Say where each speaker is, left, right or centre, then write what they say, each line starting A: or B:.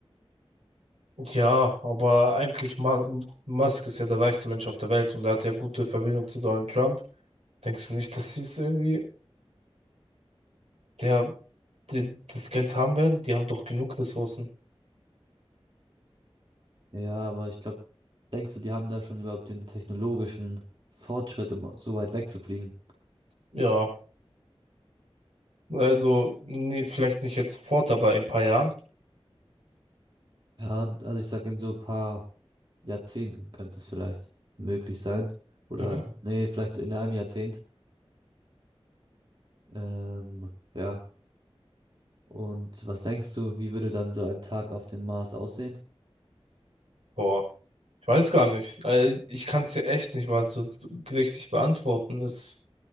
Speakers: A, on the right; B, on the right.
A: Ja, aber eigentlich Ma Musk ist ja der reichste Mensch auf der Welt und er hat ja gute Verbindung zu Donald Trump. Denkst du nicht, dass sie es irgendwie, ja, die, das Geld haben werden? Die haben doch genug Ressourcen.
B: Ja, aber ich glaube, denkst du, die haben da schon überhaupt den technologischen Fortschritt, um so weit wegzufliegen?
A: Ja, also nee, vielleicht nicht jetzt sofort, aber in ein paar Jahren.
B: Ja, also ich sag in so ein paar Jahrzehnten könnte es vielleicht möglich sein. Oder,
A: Mhm.
B: nee, vielleicht in einem Jahrzehnt. Ähm, ja. Und was denkst du, wie würde dann so ein Tag auf dem Mars aussehen?
A: Boah, ich weiß gar nicht. Äh, Ich kann es dir echt nicht mal so richtig beantworten. Es